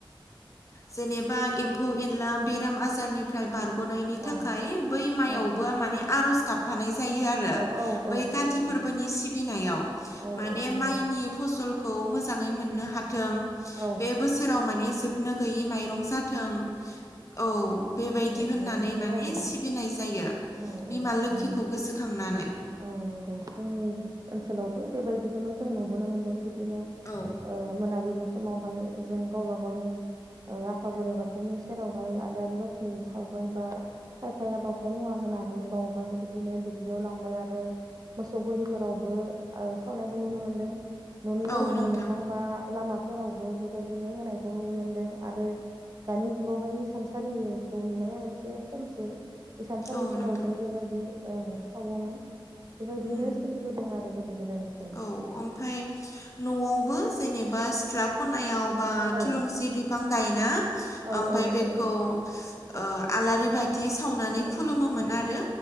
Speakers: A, on the left; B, on the right.
A: जेनेबा एम्फौ एनला बेराम आजारनिफ्राय बारग' गनायनि
B: औ
A: थाखाय बै माइयावबो
B: औ
A: माने आर'ज गाबफानाय जा यो आरो
B: औ औ औ
A: बै काथि
B: औ
A: फोरबोनि सिबिनायाव
B: औ
A: माने
B: औ नंगौ
A: माइनि फसल खौ मोजाङै मोननो हाथों
B: औ
A: बे बोसोराव माने जोबनो गैयै माइ माइरं जाथों औ बेबायदि
B: बेबायदिहाय
A: होननानै माने
B: आरो
A: सिबिनाय जायो।
B: औ
A: बिमा
B: औ
A: लोखिखौ
B: नंगौ
A: गोसोखांनानै
B: औ नंगौ जोंनि ओनसोलावबो बेबायदि नो जों नुबोनो मोनदों। बिदिनो
A: औ
B: ओ मोनाबिलि समावहाय जों गावबा गावनि ओ आफा बोराइ बाथौनि सेरावहाय आलारि बाथि सावबाय बा खायफाया बाथाय मुवा होनानै बावबाय बिदिनो दुब्लियाव लांबाय आरो। मोसौ गलिफोरावबो ओ सावनायखौ नुनो मोनदों। न'नि लांगोना
A: औ नोंथां
B: मोखां बा लामाफोरावबो बेबायदिनो होनायखौ नुनो मोनदों आरो। दानि जुगावहाय इसानसालिखौ नुनाया एसे खमसै इसानसालिफोरावबो
A: औ नोंथां
B: बेबायदि सावोमोन।
A: ओम
B: बेबायदिनो सोलिबोदों आरो गोदो गोदायनिफ्रायनो
A: औ ओमफ्राय न'आवबो जेनेबा बा सिथ्ला खनायाव बा
B: औ
A: थुलुंसि बिफां गायना
B: औ
A: ओमफाय
B: औ
A: बेखौ
B: औ
A: ओ आलारि बाथि बाथि सावनानै
B: औ
A: खुलुमोमोन
B: औ
A: आरो